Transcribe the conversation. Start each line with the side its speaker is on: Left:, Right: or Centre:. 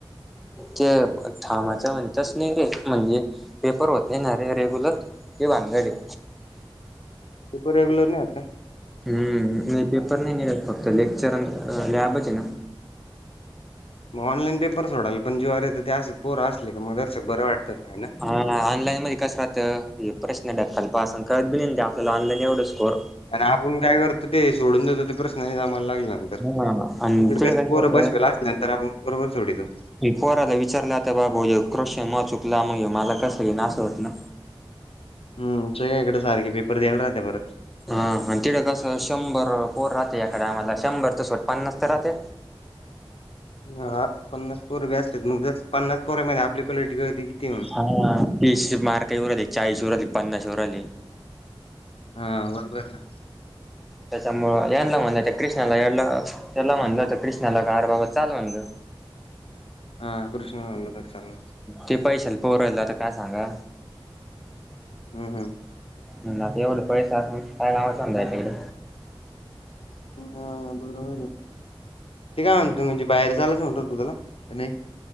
Centre: ते ठामाच म्हणतच, त्यासनी म्हणजे? पेपर होत नाही ना रे रेग्युलर, ही भानगड ए.
Left: पेपर रेगुलर नाही आहेत का?
Centre: हम्म, नाही पेपर नाही मिळत. फक्त लेक्चर अन लॅबच आहे ना.
Left: मग ऑनलाईन पेपर्स सोडायला पण जीविवर त्या पोर असले का मग दर्शक बरं वाटतं आहे ना
Centre: हा, ऑनलाईन मध्ये कसं राहतं हे प्रश्न ढक्कालपास अन कळत बी नाही आपल्याला ऑनलाईन एवढं स्कोअर
Left: आणि आपण काय करतो ते, सोडून देतो ते प्रश्न नाही जामाला लागला तर,
Centre: हा आणि
Left: इकडं
Centre: तिकडे
Left: कसं पोर बसवेला
Centre: राहतं
Left: असल्यानंतर आपण बरोबर सोडवितो.
Centre: मी पोराला विचारलं, आता बाबू ह्यो प्रश्न म चुकला मग मला कसं येईना असं होतं ना.
Left: हम्, च्याया इकडें सारखे पेपर द्यायला राहत्या परत.
Centre: हा आणि तिकडं कसं शंभर पोरं राहते एका टाइमाला, शंभर त सोड पन्नास तर राहते.
Left: हा, पन्नास पोरं बी असलेत मग जर पन्नास पोरामध्ये आपली क्वालिटी कळते किती हून
Centre: हा तीस मार्क येवू राहीले, चाळीस येवू राहीले, पन्नास येवू राहीले
Left: हा, बरोबर ना.
Centre: त्याच्यामुळं यांला म्हणलं, त्या कृष्णाला याडला. त्याला म्हणलं होतं, कृष्णाला का रं बाबा चाल म्हणलं.
Left: हा, कृष्ण म्हणला दक्षाला.
Centre: ते पैशालं पोराला, आता काय सांगा?
Left: हम हम.
Centre: म्हणलं आता एवढं पैसे असून, काय कामं समजायचं इकडे.
Left: हा, बरोबर आहे. ते काय म्हणतो म्हणजे बाहेर जालाच म्हणतो तु त्याला, का नाही?